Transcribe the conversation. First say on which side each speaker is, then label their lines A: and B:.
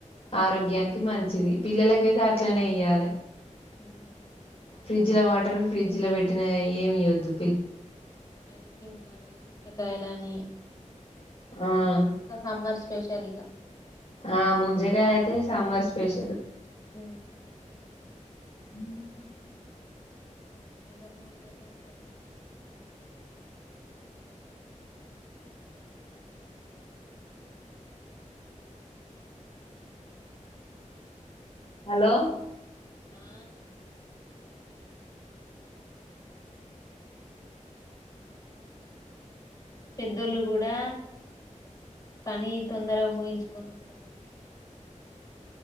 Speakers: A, on the left; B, on the left.
A: ఆరోగ్యానికి మంచిది పిల్లల కైత్ దాట్లోనే ఇయ్యాలే
B: అ
A: ఫ్రిడ్జ్ లో వాటర్ ఫ్రిడ్జ్ లో పెట్టినయి అయ్యి ఏమియద్దు
B: ఐస్ క్రీమ్స్ అని పిచక్ కాయలని
A: ఆ
B: ఇవి అంతా సమ్మర్స్ స్పెషల్ ఇగా
A: ఆ ముంజకాయ అయితే సమ్మర్ స్పెషలు
B: ఉ
A: <inaudible>
B: ఇంగ మూన్నెళ్లు <unintelligible>
A: హలో
B: ఆ పెద్దోళ్ళు గూడా పని తొందరగా ముగించుకొని వొత్తారు <inaudible>